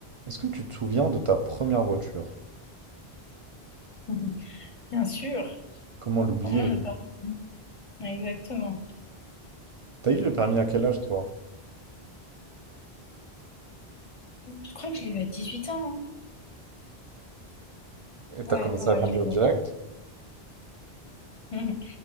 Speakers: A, on the right; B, on the left.
A: Est-ce que tu te souviens de ta première voiture?
B: <laughs> Bien sûr.
A: Comment l'oublier?
B: Comment ne pas... Exactement.
A: T'as eu le permis à quel âge, toi?
B: Je crois que je l'ai eu à dix-huit ans. hein.
A: Et t'as
B: Ouais,
A: commencé
B: ouais, ouais,
A: à conduire
B: je l'ai
A: direct?
B: eu. <laughs>